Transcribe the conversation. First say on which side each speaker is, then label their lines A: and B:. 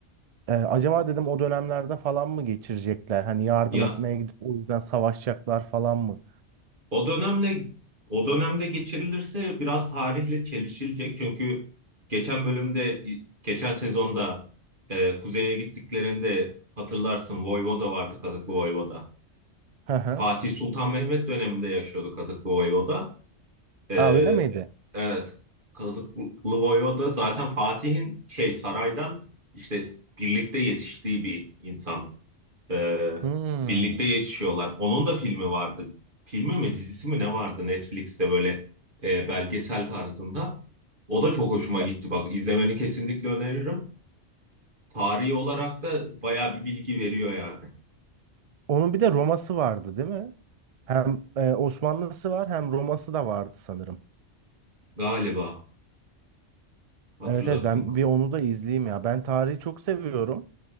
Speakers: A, on the right (about 70°); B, on the right (about 45°).
A: E, acaba dedim o dönemlerde falan mı geçirecekler? Hani yardım
B: Ya
A: etmeye gidip o yüzden savaşacaklar falan mı?
B: O dönemle o dönemde geçirilirse biraz tarihle çelişilecek. Çünkü geçen bölümde geçen sezonda e, kuzeye gittiklerinde hatırlarsın Voyvoda vardı Kazıklı Voyvoda.
A: Hı hı.
B: Fatih Sultan Mehmet döneminde yaşıyordu Kazıklı Voyvoda. E,
A: Ha öyle miydi?
B: evet Kazıklı Voyvoda zaten Fatih'in şey saraydan işte birlikte yetiştiği bir insan. Ee,
A: Hmm.
B: birlikte yetişiyorlar. Onun da filmi vardı. Filmi mi dizisi mi ne vardı Netflix'te böyle e, belgesel tarzında. O da çok hoşuma gitti.
A: E,
B: Bak izlemeni kesinlikle öneririm. Tarihi olarak da bayağı bir bilgi veriyor yani.
A: Onun bir de Roma'sı vardı, değil mi? Hem e, Osmanlı'sı var hem Roma'sı da vardı sanırım.
B: Galiba hatırladığım
A: Evet evet ben
B: kadar.
A: bir onu da izleyeyim ya. Ben tarihi çok seviyorum.